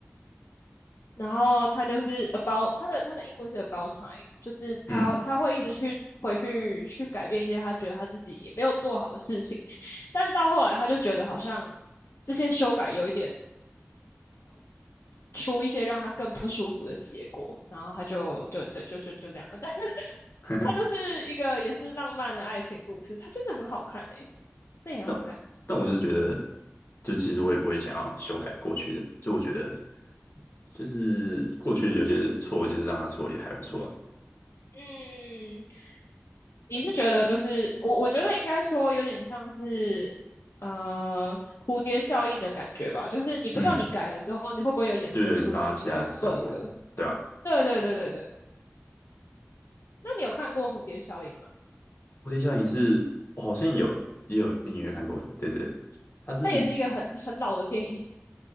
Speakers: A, on the left; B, on the left.
A: 然后他就是 about 他的他的英文是 about time，就是他他会一直去回去去改变一些他觉得他自己没有做好的事情。
B: 嗯，
A: 但到后来他就觉得好像这些修改有一点出一些让他更不舒服的结果，然后他就就对就就就这样了。但 <laughs>
B: <laughs> 呵呵
A: 他就是一个也是浪漫的爱情故事，它真的很好看诶、那也很好看。
B: 但但我就是觉得，就其实我也不会想要修改过去的，就我觉得就是过去有些错，就是让它错也还不错啊。
A: 嗯，你是觉得就是我我觉得应该说有点像是呃蝴蝶效应的感觉吧，就是你不知道你改了之后你会不会有衍生出新的
B: 嗯，就有引发其他效果，
A: bug。
B: 对啊。
A: 对对对对对，那你有看过蝴蝶效应吗？
B: 蝴蝶效应是我好像有也有隐约看过，对对对，它是
A: 那也是一个很很老的电影。